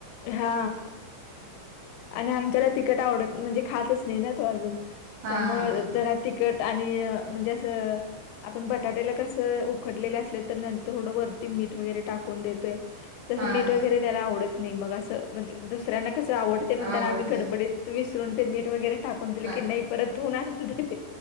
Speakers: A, on the left; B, on the right.
A: हा आणि आमच्याला तिकट आवडत म्हणजे खातच नाही ना तो अजून.
B: हा
A: त्यामु
B: हा हा
A: जरा तिकट आणि म्हणजे असं आपण बटाटेला कसं उखडलेले असले तर नंतर थोडं वरती मीठ वगैरे टाकून देतोय. तसं
B: हा
A: मीठ
B: हा
A: वगैरे त्याला आवडत नाही. मग असं म्हणजे दुसऱ्यांना कसं आवडते म्हणताना
B: आवडतय
A: आम्ही गडबडीत तू विसरून ते मीठ वगैरे टाकून दिले
B: ताक
A: की, नाही परत धुन आणून दे.